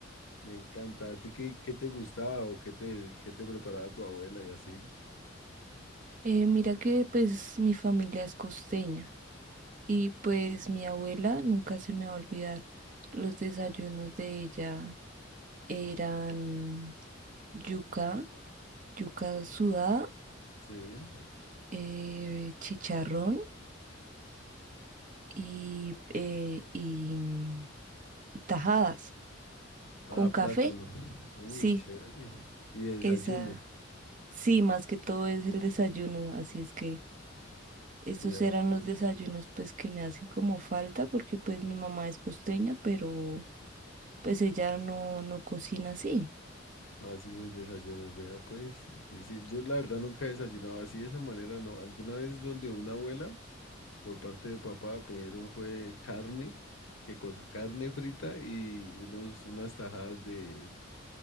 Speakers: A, on the left (about 80°); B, on the right (about 40°).
A: Me encanta. ¿A ti qué, qué te gustaba o qué te, qué te preparaba tu abuela y así?
B: Eh, mira que pues mi familia es costeña y pues mi abuela, nunca se me va a olvidar, los desayunos de ella eran yuca, yuca sudada,
A: Sí.
B: eh, chicharrón y, eh, y tajadas
A: Ah,
B: con café.
A: plátano. Uy,
B: Sí,
A: chévere. Y de desayuno.
B: esa, sí, más que todo es el desayuno, así es que... Estos
A: Vea,
B: eran
A: pues.
B: los desayunos pues que me hacen como falta porque pues mi mamá es costeña, pero pues ella no, no cocina así.
A: No hace sus desayunos, vea pues. Y sí, yo la verdad nunca desayunaba así de esa manera, no. Alguna vez donde una abuela, por parte de papá, pidieron fue carne, ¿qué cosa? Carne frita y unos, unas tajadas de,